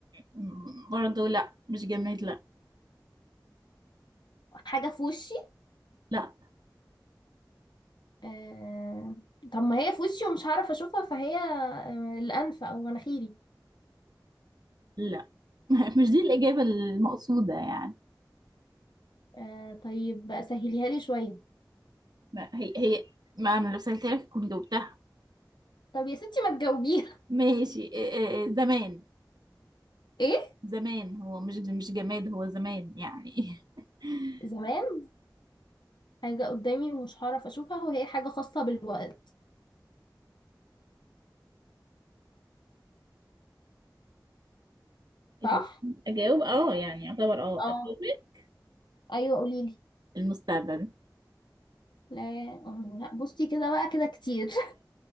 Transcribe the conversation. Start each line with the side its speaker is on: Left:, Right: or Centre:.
Right: م- برضو لا مش جماد لا
Left: حاجة في وشي
Right: لا
Left: آه، طب ما هي في وشي ومش هعرف اشوفها فهي آه، الانف او مناخيري
Right: لا <laughs> مش دي الإجابة المقصودة يعني
Left: آه، طيب سهليها لي شويه
Right: ما هي هي ما أنا لو سألتها لك كنت جاوبتها
Left: طب يا ستي ما تجاوبيها
Right: ماشي آه، آه، زمان
Left: <laughs> ايه
Right: زمان هو مش مش جماد هو زمان يعني <laughs>
Left: زمان حاجه قدامي ومش هعرف اشوفها وهي حاجه خاصه بالوقت صح
Right: ال- اجاوب اه يعني يعتبر اه
Left: اه
Right: اجاوب <laughs>
Left: ايوه قولي لي
Right: المستقبل
Left: لا آه، لا بصي كده بقى كده كتير <laughs>